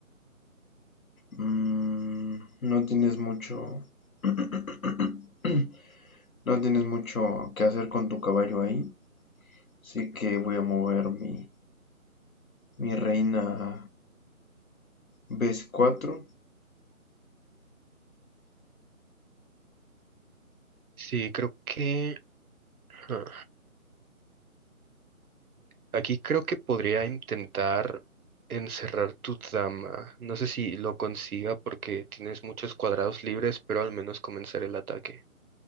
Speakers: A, on the left; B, on the right.
A: Mm, no tienes mucho... <clears throat> No tienes mucho que hacer con tu caballo ahí, así que voy a mover mi, mi reina a B4.
B: Sí, creo que... ah, Aquí creo que podría intentar encerrar tu dama. No sé si lo consiga porque tienes muchos cuadrados libres, pero al menos comenzaré el ataque.